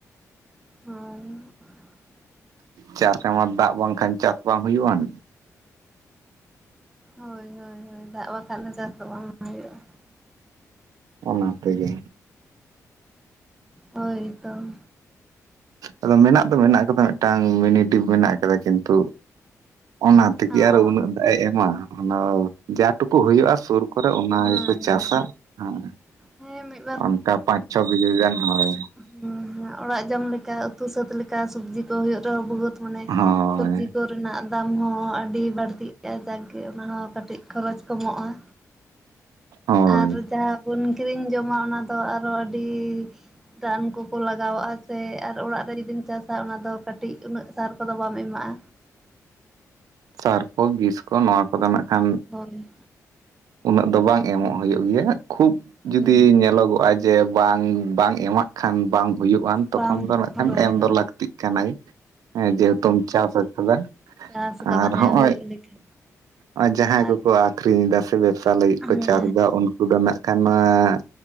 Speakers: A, in the centre; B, on the right.
A: ᱦᱚᱭ,
B: ᱪᱟᱨᱠᱟ ᱢᱟ ᱫᱟᱜ ᱵᱟᱝᱠᱷᱟᱱ ᱪᱟᱥ ᱵᱟᱝ ᱦᱩᱭᱩᱜ-ᱟᱱ᱾
A: ᱦᱳᱭ ᱦᱳᱭ ᱦᱳᱭ ᱫᱟᱜ ᱵᱟᱠᱷᱟᱱ ᱫᱚ ᱪᱟᱥ ᱫᱚ ᱵᱟᱝ ᱦᱩᱭᱩᱜ-ᱟ᱾
B: ᱚᱱᱟ ᱛᱮᱜᱮ᱾
A: ᱦᱳᱭ ᱛᱚ᱾
B: ᱟᱫᱚ ᱢᱮᱱᱟᱜ ᱫᱚ ᱢᱮᱱᱟᱜ ᱠᱟᱫᱟ ᱢᱤᱫᱴᱟᱝ ᱢᱤᱱᱤ ᱰᱤᱯ ᱢᱮᱱᱟᱜ ᱠᱟᱫᱟ ᱠᱤᱱᱛᱩ, ᱚᱱᱟ ᱛᱤᱜᱤ
A: ᱚ
B: ᱟᱨᱚ ᱩᱱᱟᱹᱜ ᱫᱟᱜ ᱮ ᱮᱢᱟ ᱚᱱᱟ ᱡᱟ ᱴᱩᱠᱩ ᱦᱩᱭᱩᱜ-ᱟ ᱥᱩᱨ ᱠᱚᱨᱮ ᱚᱱᱟ
A: ᱦᱮᱸ
B: ᱜᱮᱠᱚ ᱪᱟᱥᱟ
A: ᱦᱮᱸ
B: ᱦᱮᱸ,
A: ᱦᱮᱸ ᱢᱤᱫ
B: ᱚᱱᱠᱟ ᱯᱟᱸᱪ ᱪᱷᱚ ᱵᱤᱜᱷᱟᱹ ᱜᱟᱱ ᱦᱳᱭ᱾
A: ᱦᱩᱸ ᱦᱩᱸ ᱚᱲᱟᱜ ᱡᱚᱢ ᱞᱮᱠᱟ ᱩᱛᱩ ᱥᱟᱹᱛ ᱞᱮᱠᱟ ᱥᱚᱵᱽᱡᱤ ᱠᱚ ᱦᱩᱭᱩᱜ ᱨᱮᱦᱚᱸ ᱵᱚᱦᱩᱛ ᱢᱟᱱᱮ
B: ᱦᱳᱭ
A: ᱥᱚᱵᱽᱡᱤ ᱠᱚ ᱨᱮᱱᱟᱜ ᱫᱟᱢ ᱦᱚᱸ ᱟᱹᱰᱤ ᱵᱟᱹᱲᱛᱤᱜ ᱛᱮ ᱡᱟᱠᱜᱮ ᱚᱱᱟ ᱦᱚᱸ ᱠᱟᱹᱴᱤᱡ ᱠᱷᱚᱨᱚᱪ ᱠᱚᱢᱚᱜ-ᱟ,
B: ᱦᱳᱭ
A: ᱟᱨ ᱡᱟᱦᱟᱸ ᱵᱚᱱ ᱠᱤᱨᱤᱧ ᱡᱚᱢᱟ ᱚᱱᱟ ᱫᱚ ᱟᱨᱚ ᱟᱹᱰᱤ ᱨᱟᱱ ᱠᱚᱠᱚ ᱞᱟᱜᱟᱣᱟᱜ-ᱟ᱾ ᱚᱱᱟ ᱛᱮ ᱟᱨ ᱚᱲᱟᱜ ᱨᱮ ᱡᱩᱫᱤᱢ ᱪᱟᱥᱟ ᱚᱱᱟ ᱫᱚ ᱠᱟᱹᱴᱤᱡ ᱩᱱᱟᱹᱜ ᱥᱟᱨ ᱠᱚᱫᱚ ᱵᱟᱢ ᱮᱢᱟᱜ-ᱟ᱾
B: ᱥᱟᱨ ᱠᱚ, ᱵᱤᱥ ᱠᱚ ᱱᱚᱣᱟ ᱠᱚᱫᱚ ᱱᱟᱜ ᱠᱷᱟᱱ,
A: ᱦᱳᱭ᱾
B: ᱩᱱᱟᱹᱜ ᱫᱚ ᱵᱟᱝ ᱮᱢᱚᱜ ᱦᱩᱭᱩᱜ ᱜᱮᱭᱟ ᱠᱷᱩᱵ
A: ᱦᱳᱭ
B: ᱡᱩᱫᱤ
A: ᱦᱳᱭ
B: ᱧᱮᱞᱚᱜᱚᱜ-ᱟᱡᱽ, ᱡᱮ ᱵᱟᱝ ᱵᱟᱝ ᱮᱢᱟᱜ ᱠᱷᱟᱱ ᱵᱟᱝ ᱦᱩᱭᱩᱜ-ᱟᱱ ᱛᱚᱠᱷᱚᱱ
A: ᱵᱟᱝ
B: ᱫᱚ ᱱᱟᱜ
A: ᱦᱳᱭ
B: ᱠᱷᱟᱱ ᱮᱢ
A: ᱦᱳᱭ
B: ᱫᱚ ᱞᱟᱹᱠᱛᱤᱜ ᱠᱟᱱᱟᱭ᱾ ᱦᱮᱸ ᱡᱮᱦᱮᱛᱩᱢ ᱪᱟᱥ ᱟᱠᱟᱫᱟ
A: ᱪᱟᱥ ᱠᱟᱫᱟ
B: ᱟᱨ
A: ᱦᱮᱸ
B: ᱦᱚᱸᱜ-ᱚᱭ,
A: ᱦᱩᱭᱩᱜ ᱞᱮᱠᱟ
B: ᱚᱸᱭ ᱡᱟᱦᱟᱸᱭ
A: ᱟᱨ
B: ᱠᱚᱠᱚ ᱟᱹᱠᱷᱨᱤᱧ ᱮᱫᱟ ᱥᱮ ᱵᱮᱵᱽᱥᱟ ᱞᱟᱹᱜᱤᱫ
A: ᱦᱮᱸ
B: ᱠᱚ ᱪᱟᱥ ᱮᱫᱟ ᱩᱱᱠᱩ ᱩᱱᱠᱩ ᱫᱚ ᱱᱟᱜ ᱠᱷᱟᱱ ᱱᱚᱭᱟᱸ